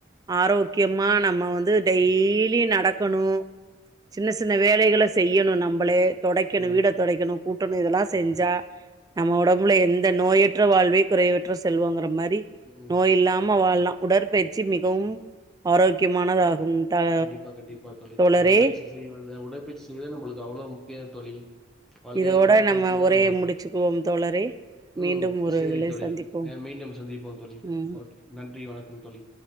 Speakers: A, on the right (about 20°); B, in the centre.
A: ஆரோக்கியமா நம்ம வந்து டெய்லீ நடக்கணூ. சின்ன சின்ன வேலைகள செய்யணு நம்பளே தொடைக்கணு
B: ம்
A: வீட தொடைக்கணு. கூட்டணு இதெல்லா செஞ்சா நம்ம ஒடம்புல எந்த நோயற்ற வாழ்வே குறைவற்ற செல்வோங்கற மாரி
B: ம்
A: நோய் இல்லாம வாழ்லா. உடற்பயிற்சி மிகவும் ஆரோக்கியமானதாக் கும் த
B: கண்டிப்பா கண்டிப்பா தோழி
A: தோழரே
B: உடற்பயிற்சி செய்வது உடற்பய்ச்சி செய்வது நம்பளுக்கு அவ்ளோ முக்கியோ தோழி. வாழ்க்கைல
A: இதோட
B: உடற்பயிச்சிதா
A: நம்ம உரைய
B: நம்பளுக்கு.
A: முடிச்சுக்குவோம் தோழரே மீண்டும்
B: உம்
A: ஒரு
B: சேரி
A: இதில்
B: தோழி
A: சந்திப்போம்
B: ந மீண்டும் சந்திப்போம் தோழி
A: ம்
B: ஓகே நன்றி வணக்கம் தோழி.